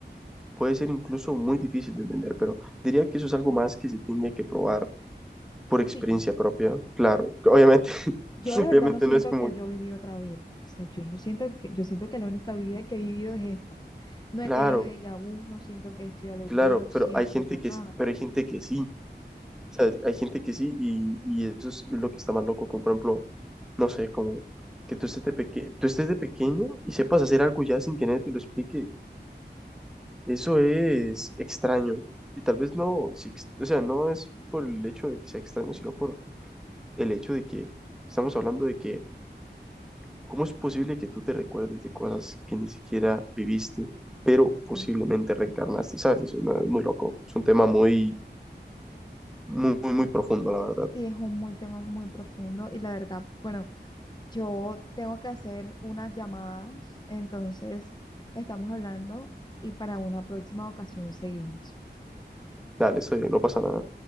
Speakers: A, in the centre; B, on the left (about 25°).
A: puede ser incluso muy difícil de entender, pero diría que eso es algo más que se tiene que probar por experiencia
B: Sí,
A: propia, claro, obviamente, <laughs>
B: Yo la verdad
A: obviamente
B: no siento
A: no es como,
B: que yo viví otra vida. O sea, yo no siento que, yo siento que la única vida que he vivido es esta. No
A: claro,
B: he tenido déjà vu, no siento que esto ya lo
A: claro,
B: viví, no siento
A: pero hay gente que
B: nada.
A: sí, pero hay gente que sí. O sea, hay gente que sí, y, y eso es lo que está más loco, como por ejemplo, no sé, como que tú estés de peque- tú estés de pequeño y sepas hacer algo ya sin que nadie te lo explique, eso es extraño. Y tal vez no, si ex- o sea, no es por el hecho de que sea extraño, sino por el hecho de que estamos hablando de que, ¿cómo es posible que tú te recuerdes de cosas que ni siquiera viviste, pero
B: Eh,
A: posiblemente reencarnaste? ¿Sabes? Eso es una- muy loco, es un tema muy, muy, muy, muy profundo, la verdad.
B: sí, es un muy tema muy profundo y la verdad, bueno, yo tengo que hacer unas llamadas, entonces estamos hablando y para una próxima ocasión seguimos.
A: Dale, eso no pasa nada.